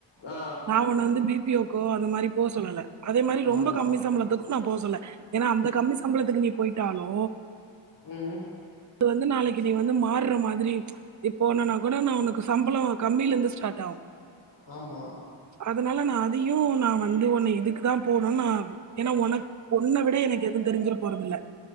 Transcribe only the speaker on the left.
ஆ
ஆமா
உம்
ஆமா